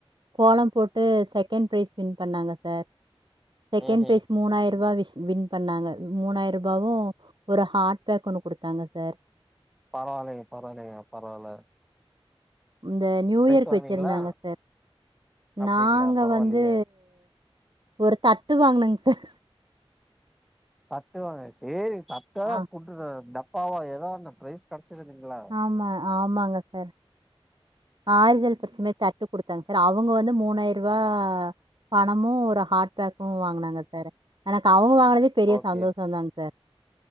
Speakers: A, on the right (about 50°); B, in the centre.
A: கோலம் போட்டு செகண்ட் ப்ரைஸ் வின் பண்ணாங்க சார் செகண்ட்
B: ம்
A: ப்ரைஸ்
B: ம்
A: மூணாயிர ரூவா வின் பண்ணாங்க மூணாயிரம் ரூபாவு ஒரு ஹாட் பேக் ஒன்னு குடுத்தாங்க சார்
B: பரவாயில்லைங் பரவாயில்லங் பரவாயில்ல
A: இந்த நியூயர்க்கு
B: வாங்குனீங்களா
A: வெச்சிருந்தாங்க சார்
B: அப்டிங்களா
A: நாங்க
B: பரவாயில்லையே
A: வந்து ஒரு தட்டு வாங்குனங் சார்
B: தட்டுவாங் சேரி தட்டோ
A: ஆ
B: டப்பாவோ எதோ ஒன்னு பிரைஸ் கெடச்சுருச்சுலங்க
A: ஆமா, ஆமாங்க சார். ஆறுதல் பரிசு மாரி தட்டு குடுத்தாங்க சார் அவுங்க வந்து மூணாயிர ரூவா பணமு ஒரு ஹாட் பேக்கு வாங்குனாங்க சார் எனக்கு அவுங்க வாங்கினதே பெரிய
B: ஓகே
A: சந்தோஷன் தாங்க சார்